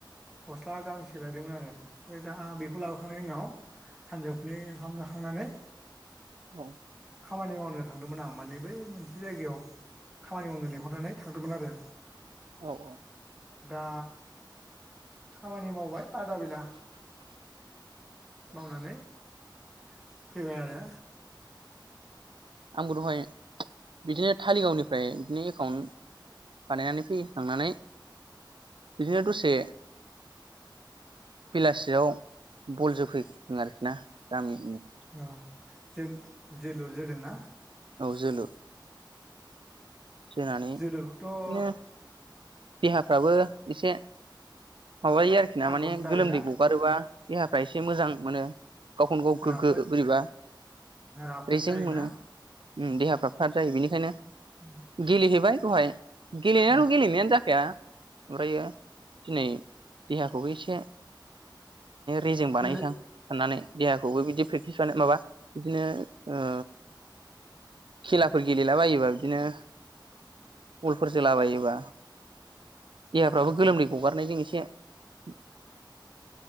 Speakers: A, in the centre; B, on the right (about 75°).
A: गस्ला गांसे लायदोंमोन आरो ओमफ्राय दा बेखौ लाबोखांनायनि उनाव सानजौफुै ओंखाम जाखांनानै
B: औ
A: खामानि मावनो थांदोंमोन आं माने बै मोनसे जायगायाव खामानि मावनो लिंहरनानै थांदोंमोन आरो
B: औ औ
A: दा खामानि मावबाय आदा बेला मावनानै फैबाय आरो
B: आंबो दहाय बिदिनो थालिगावनिफ्राय बिदिनो एकाउन्ट बानायनानै फैखांनानै बिदिनो दसे बेलासियाव बल जफैदों आरोखि ना गामि
A: अ जो जोलुर‌ जोदों ना
B: जोलुर जोनानै
A: जोलुरखौथ'
B: बिदिनो देहाफ्राबो एसे माबायो आरोखि ना
A: थागद
B: माने
A: जायोना
B: गोलोमदै गगारोबा देहाफ्रा एसे मोजां मोनो गावखौनो गाव गोग्गो
A: राफोद
B: बोरैबा
A: राफोद
B: रेजें
A: जायोना
B: मोनो। ओम देहाफ्रा फार जायो बेनिखायनो
A: <inaudible>
B: गेलेहैबाय दहाय गेलेनायाथ'
A: औ
B: गेलेनायानो जाखाया ओमफ्रायो दिनै देहाखौबो एसे रेजें बानायसां
A: गेले
B: साननानै देहाखौबो बिदि फे <unintelligible> माबा बिदिनो ओ खेलाफोर गेलेला बायोबा बिदिनो बलफोर जोलाबायोबा देहाफ्राबो
A: औ
B: गोलोमदै
A: औ
B: गगारनाय जों एसे से